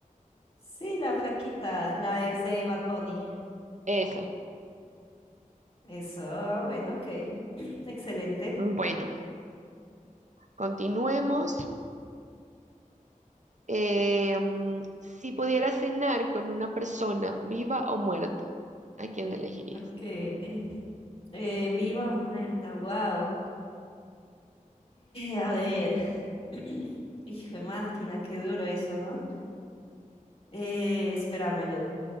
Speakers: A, on the left (about 45°); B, on the right (about 60°).
A: Sí, la flaquita, la ex de Bad Bunny.
B: Eso.
A: Eso, ah, bueno, ok. <clears throat> Excelente.
B: Bueno, continuemos. Eh, mm, si pudiera cenar con una persona viva o muerta, ¿a quién elegirías?
A: Ok. Eh, viva o muerta, wow. a ver. <clears throat> Hijo de máquina, qué duro eso, ¿no? Eh, espérame, lo,